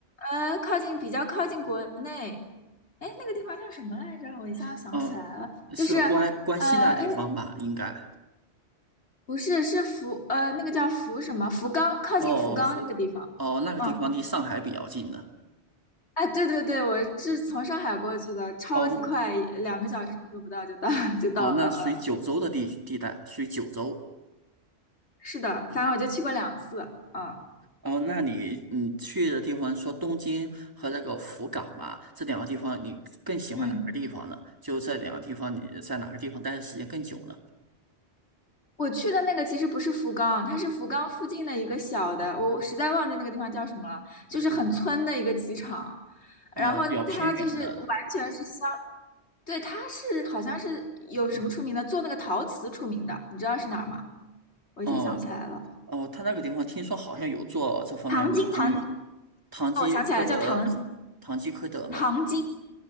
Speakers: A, on the left; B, on the right.
A: 呃，靠近比较靠近国内，哎，那个地方叫什么来着？我一下想不起来了，
B: 哦，是关关西那地方吧？
A: 就是，呃，哎，
B: 应该。
A: 不是，是福呃，那个叫福什么？福冈，靠近福冈那个地方。
B: 哦，福，哦，那个地方离上海比较近的。
A: 嗯，哎，对对对，我是从上海过去的，超级快，
B: 哦
A: 两个小时都不到就到 <laughs> 就到了。
B: 哦，那属于九州的地地带，
A: 嗯，
B: 属于九州。
A: 是的，反正我就去过两次。嗯
B: 哦，那你你去的地方说东京和那个福冈嘛，这两个地方你更喜欢哪个地方呢？
A: 嗯。
B: 就这两个地方，你在哪个地方待的时间更久呢？
A: 我去的那个其实不是福冈，它是福冈附近的一个小的，我实在忘记那个地方叫什么了，就是很村的一个机场，
B: 哦，
A: 然后它就是完全是相，
B: 比较偏远的。
A: 对，它是好像是有什么出名的，做那个陶瓷出名的，你知道是哪儿吗？我一下想不起来了，
B: 哦哦，他那个地方听说好像有做这方面的手工艺，
A: 糖精，糖精，
B: 唐吉诃德，
A: 哦，我想起来了，叫糖
B: 唐吉诃德嘛。
A: 糖精，